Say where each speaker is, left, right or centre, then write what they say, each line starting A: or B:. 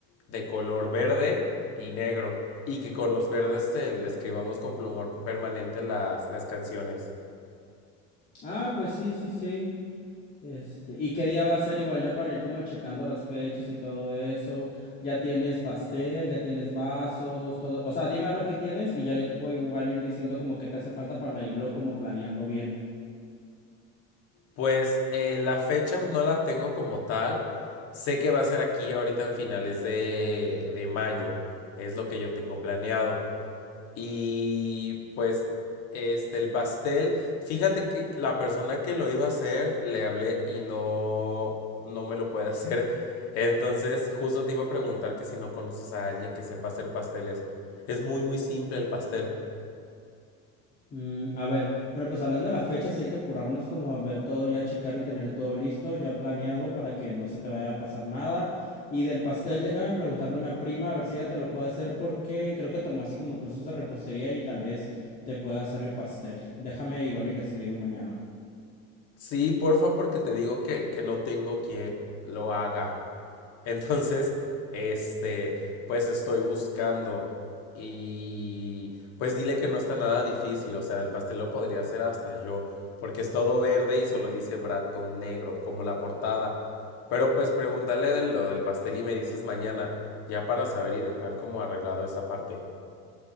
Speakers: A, on the left (about 55°); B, on the left (about 30°).
A: de color verde y negro, y que con los verdes eh, le escribamos con plumón permanente las, las canciones.
B: Ah, pues sí, sí, sí. Este, ¿y qué día va a ser igual ya para ir como checando las fechas y todo eso? Ya tienes pastel, ya tienes vasos, todo. O sea, dime a ver qué tienes y ya yo te puedo igual ir diciendo como qué te hace falta para irlo como planeando bien.
A: Pues eh, la fecha aún no la tengo como tal. Sé que va a ser aquí ahorita en finales de, de mayo. Es lo que yo tengo planeado. Y pues este, el pastel. Fíjate que la persona que lo iba a hacer, le hablé y no, no me lo puede <laughs> hacer. Entonces, justo te iba a preguntar que si no conoces a alguien que sepa hacer pasteles. Es muy, muy simple el pastel.
B: Mm, a ver, bueno, pues hablando de la fecha, sí hay que apurarnos como a ver todo, ya checar y tener todo listo, ya planeado para que no se te vaya a pasar nada. Y del pastel, déjame preguntarle a una prima a ver si ella te lo puede hacer porque creo que tomó así como cursos de repostería y tal vez te pueda hacer el pastel. Déjame igual y le escribo mañana.
A: Sí, porfa, porque te digo que, que no tengo quien lo haga. Entonces, este, pues estoy buscando y pues dile que no está nada difícil, o sea, el pastel lo podría hacer hasta yo, porque es todo verde y solo dice Brad con negro, como la portada. Pero pues pregúntale de lo del pastel y me dices mañana, ya para saber y dejar como arreglado esa parte.